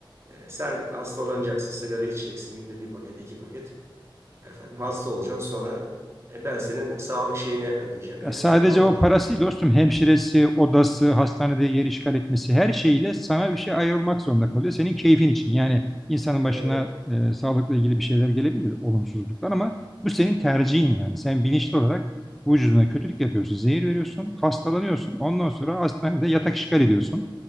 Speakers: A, on the right; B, in the centre.
A: E, sen hastalanacaksın, sigara içeceksin günde bir paket, iki paket. Efendim hasta olacaksın sonra e, ben senin sağlık şeyini ödeyeceğim
B: Ya
A: yani
B: Sadece
A: çok mantıklı.
B: o parası değil dostum hemşiresi, odası, hastanede yer işgal etmesi her şeyle sana bir şey ayrılmak zorunda kalıyor. Senin keyfin için yani insanın başına
A: Evet,
B: e, sağlıkla ilgili bir şeyler gelebilir olumsuzluklar ama bu senin tercihin yani. Sen bilinçli
A: evet,
B: olarak vücuduna kötülük yapıyorsun, zehir veriyorsun, hastalanıyorsun. Ondan sonra hastanede
A: evet.
B: yatak işgal ediyorsun.